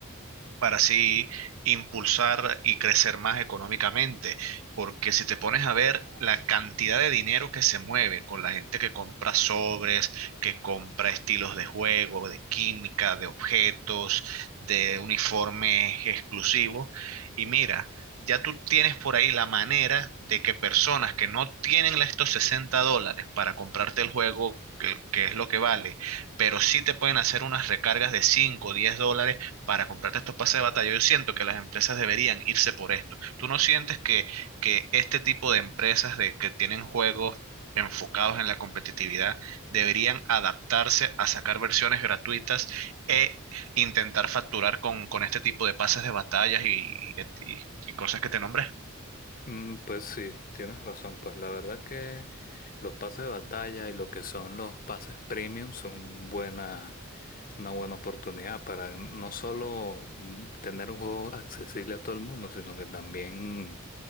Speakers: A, on the right (about 80°); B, on the left (about 40°).
A: para así impulsar y crecer más económicamente. Porque si te pones a ver la cantidad de dinero que se mueve con la gente que compra sobres, que compra estilos de juego, de química, de objetos, de uniformes exclusivos, y mira, ya tú tienes por ahí la manera de que personas que no tienen la- estos 60 dólares para comprarte el juego, que, que es lo que vale, pero sí te pueden hacer unas recargas de 5, o 10 dólares para comprarte estos pases de batalla. Yo siento que las empresas deberían irse por esto. ¿Tú no sientes que, que este tipo de empresas de, que tienen juegos enfocados en la competitividad deberían adaptarse a sacar versiones gratuitas e intentar facturar con, con este tipo de pases de batallas y, y- y cosas que te nombré?
B: Mm, Pues sí, tienes razón. Pues la verdad que los pases de batalla y lo que son los pases premium son buena, una buena oportunidad para no solo mm, tener un juego accesible a todo el mundo, sino que también